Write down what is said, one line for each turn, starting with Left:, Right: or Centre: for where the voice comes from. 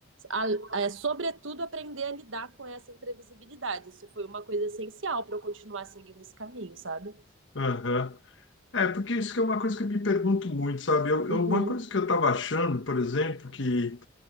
Right: a- é, sobretudo, aprender a lidar com essa imprevisibilidade. Isso foi uma coisa essencial para eu continuar seguindo esse caminho, sabe?
Left: Aham. É, porque isso que é uma coisa que eu me pergunto muito, sabe? Eu, eu-
Right: Uhum,
Left: uma coisa que eu estava achando, por exemplo, que